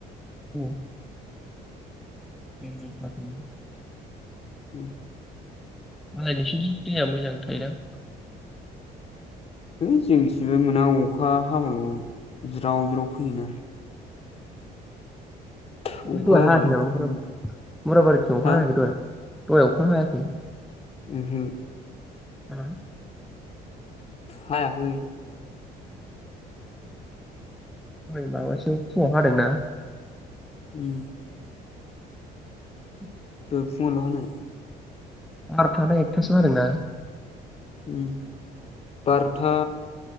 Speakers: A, in the centre; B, on the left (about 35°).
A: <unintelligible> बे नै थाखोनि
B: उम
A: मालाय नोंसोरनिथिं दैया मोजां थायोदां
B: है जोंथिबो मोना अखा हाबाल' ज्राव ज्राव फैयोना। अखा
A: ओमफ्राय दहाय
B: हायाबालाय
A: हायाखै नामा
B: बहा
A: बुरजा
B: मोननो
A: बुरजा? बुरा बारिथिं अखा
B: हा
A: हायाखै दहाय? दहय अखा हायाखै
B: ओ हो
A: उम
B: हायाखै
A: ओइ माबासोयाव फुङाव हादोंना
B: उम
A: <inaudible>
B: दहाय फुङावल' हानाय
A: बारथा ना एकथासोआव हादों ना?
B: उम बार'था